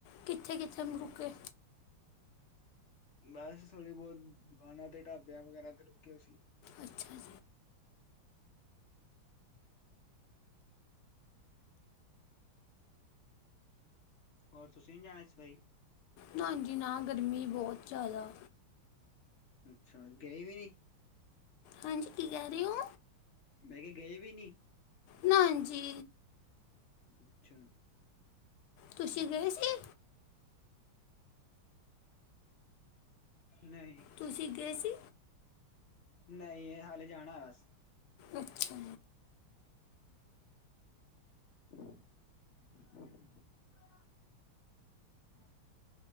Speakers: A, on the left; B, on the left.
A: ਕਿੱਥੇ ਕਿੱਥੇ ਰੁਕੇ।
B: ਬਸ ਥੋੜ੍ਹੀ ਬਹੁਤ, ਦੁਕਾਨਾਂ ਤੇ ਢਾਬਿਆਂ ਵਗੈਰਾ ਤੇ ਰੁਕੇ ਸੀ।
A: ਅੱਛਾ ਜੀ
B: ਹੋਰ ਤੁਸੀਂ ਨਹੀ ਜਾਣਾ ਇਸ ਵਾਰੀ।
A: ਨਾ ਜੀ ਨਾ, ਗਰਮੀ ਬਹੁਤ ਜ਼ਿਆਦਾ।
B: ਅੱਛਾ ਗਏ ਵੀ ਨੀ
A: ਹਾਂਜੀ ਕੀ ਕਹਿ ਰਹੇ ਹੋ।
B: ਮੈਂ ਕਿਹਾ, ਗਏ ਵੀ ਨਹੀ।
A: ਨਾ ਜੀ
B: ਅੱਛਾ
A: ਤੁਸੀ ਗਏ ਸੀ
B: ਨਹੀਂ
A: ਤੁਸੀ ਗਏ ਸੀ
B: ਨਹੀਂ, ਹਾਲੇ ਜਾਣਾ ਆ ਬਸ।
A: ਅੱਛਾ
B: <inaudible> ਹਮ